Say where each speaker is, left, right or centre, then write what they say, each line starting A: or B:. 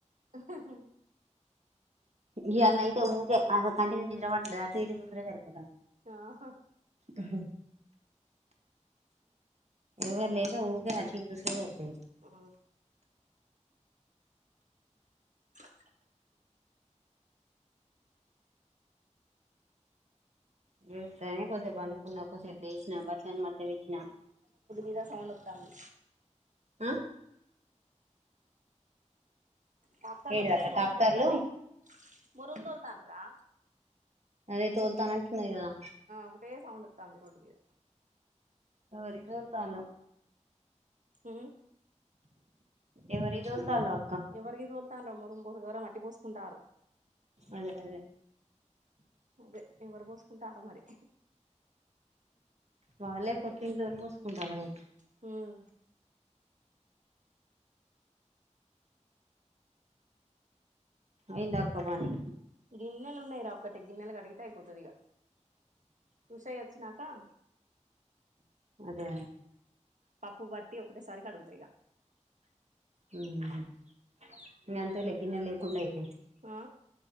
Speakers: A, on the right; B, on the right.
A: హ్ హ్
B: ఇయాల్నైతే ఊకే అ కంటినిండా నిదరా పడతాలేదు ఊకె అటుఇటు సూసుడే సరిపోతంది
A: ఆ హా
B: ఆ ఏవర్లేక ఊకె అటుఇటు సూసుడే సరిపో
A: ఆ అ
B: లేస్తనే కోసేపు పండుకున్నా కోసేపు లేసిన బట్టలన్నీ మడ్తపెట్టిన
A: ఏదో సౌండ్ ఒత్తంది
B: అ
A: టాక్టర్ల
B: ఏడు
A: ఒకటే
B: దాకా
A: మొరంతొల్తానై
B: డాక్టర్లు
A: మొరంతోల్తాన్రా.
B: అదే తోల్తానట్టున్నయ్ గదా
A: ఒకటే సౌండ్ ఒత్తాంది రోడ్డు మీద
B: ఎవరియి తోల్తాన్లో
A: హ్ము
B: ఎవరియితోల్తాన్లో
A: ఎవరియితోల్తాన్లో మొరం ఎవరో మట్టి పోసుకుంటార్రు.
B: అదే అదే
A: అదే ఎవరు పోసుకుంటార్రో మరి.
B: వాళ్ళే కొత్తిఇంట్లోళ్ళు పోసుకుంటాన్లు కావచ్చు.
A: హ్ము
B: అయిందా అక్క పనీ
A: గిన్నెలు ఉన్నాయిరా ఒక్కటి గిన్నెలు అడిగితే అయిపోతది ఇగా. ఉషయ్య ఒచ్చినాకా
B: అదే
A: పప్పు బట్టి ఒకటేసారి కడుగుతా ఇగా
B: ఊహు ఇంగ అంతే లే గిన్నల్లేకుండ ఐతయి.
A: ఆ